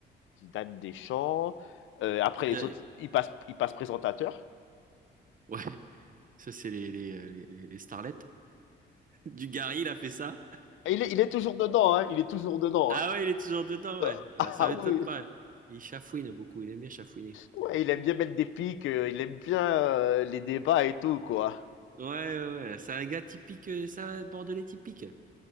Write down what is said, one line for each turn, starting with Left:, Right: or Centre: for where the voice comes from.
Left: Zidane Deschamps. Euh, après,
Right: Ils
Left: les
Right: a-
Left: autres, ils passent, ils passent présentateur.
Right: ouais, <laughs> ça c'est les, les, euh, les, les starlets. Dugarry, il a fait ça?
Left: Et il est, il est toujours dedans, hein. Il est toujours dedans,
Right: Ah
Left: hein.
Right: ouais, il est toujours dedans,
Left: <laughs>
Right: ouais. Ouais,
Left: Ah
Right: ça m'étonne
Left: oui,
Right: pas. Il chafouine beaucoup, il aime bien chafouiner.
Left: ouais, il aime bien mettre des pics, euh, il aime bien euh, les débats et tout, quoi.
Right: Ouais, ouais, ouais. C'est un gars typique, euh, ça, bordelais typique.